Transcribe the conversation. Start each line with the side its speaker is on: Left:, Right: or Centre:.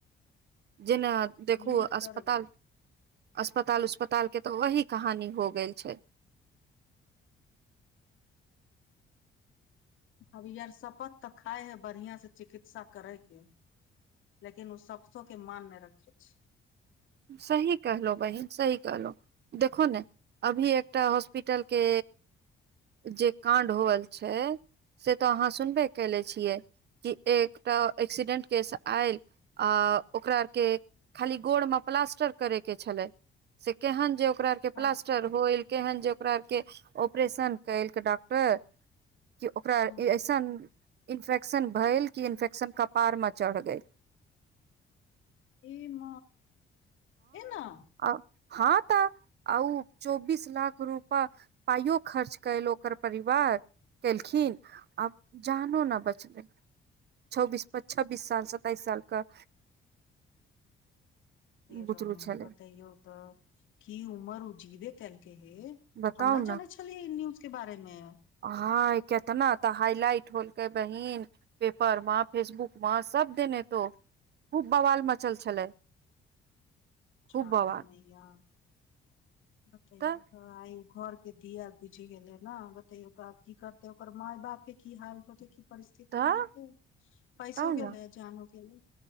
Right: जेना
Left: अब की
Right: देखू
Left: करबै
Right: अस्पताल। अस्पताल उस्पताल के तऽ वही कहानी हो गेल छै।
Left: अभी आार शपत तऽ खााय है बढ़िआ से चिकित्सा करयके। लेकिन ओ सपतो के मान नहि रखै छै।
Right: सही कहलो बहिन सही कहलो। देखो ने अभी एकटा हॉस्पिटल के। जे काण्ड होल छै से त अहाँ सुनबे कले छियै एकटा एक्सीडेंट केस आयल ओकरा आर के खाली गोड़ मे प्लास्टर करै के छलै से केहन जे ओकरा क
Left: हँ
Right: प्लास्टर होए केहन जे ओकरा आर क ऑपरेशन कयलक डॉक्टर कि ओकरा
Left: हँ
Right: अइसन इन्फेक्शन भेल कि इन्फेक्शन कपारमे चढ़ि गेल।
Left: एम एना।
Right: आ हँ त आउ चौबीस लाख रूपा पाइयो खर्च कयल ओकर परिवार केलखिन आब। जानो न बचलै छौबीस छब्बीस साल सताइस साल क
Left: हे
Right: बुतरू
Left: राम
Right: छलै
Left: बतैयौ त की उमर उजीवे कलके हे
Right: बताउ
Left: हम ने जानै छलियै इ न्यूज के बारे मे
Right: हँ किया त ने तऽ हाइलाइट होलकै बहिन पेपर म फेसबुक म सभ देने तो खूब वालऽ मचल छलै <inaudible> खूब
Left: आदे
Right: बवाल
Left: मैया बतैयौ
Right: तऽ
Left: आ घर के दिया बुझि गेले ने बतेयो तऽ आब कि करते ओकर माय बाप के की हाल होते परिस्थिति
Right: तऽ
Left: नहि होत पैसो
Right: तब ने
Left: गेलेलै जानो गेल लै